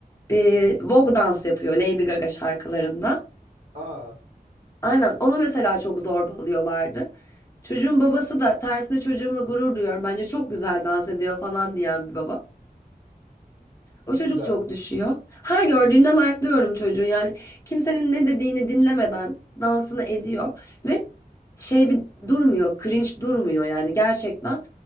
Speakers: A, on the left; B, on the right.
A: E, Vogue dans yapıyor Lady Gaga şarkılarında.
B: Aa
A: Aynen onu mesela çok zorbalıyorlardı. Çocuğun babası da tersine çocuğumla gurur duyuyorum. Bence çok güzel dans ediyor falan diyen bir baba. O
B: ne
A: çocuk
B: güzel.
A: çok düşüyor. Her gördüğümde like'lıyorum çocuğu. Yani kimsenin ne dediğini dinlemeden dansını ediyor ve şey bir durmuyor, cringe durmuyor yani gerçekten.